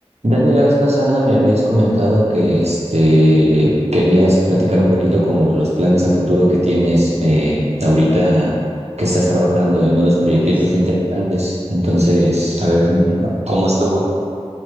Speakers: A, on the right (about 80°); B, on the right (about 15°).
A: Dani, la vez pasada me habías comentado que este, querías platicar un poquito como los planes a futuro que tienes eh, ahorita que estás trabajando en unos proyectitos
B: Oye, s-
A: interesantes. Entonces, a ver
B: ujú.
A: cómo estuvo.